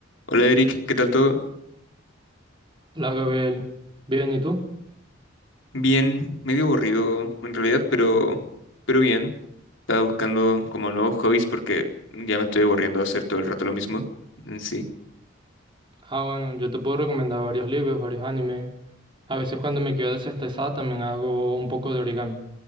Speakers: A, on the left; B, on the right.
A: Hola Eric, ¿qué tal todo?
B: Hola Gabriel, bien, ¿y tú?
A: Bien, medio aburrido en realidad, pero, pero bien. Estaba buscando como nuevos hobbies porque ya me estoy aburriendo de hacer todo el rato lo mismo. Mm, Sí,
B: Ah, bueno, yo te puedo recomendar varios libros, varios animes. A veces cuando me quedo desestresada también hago un poco de origami,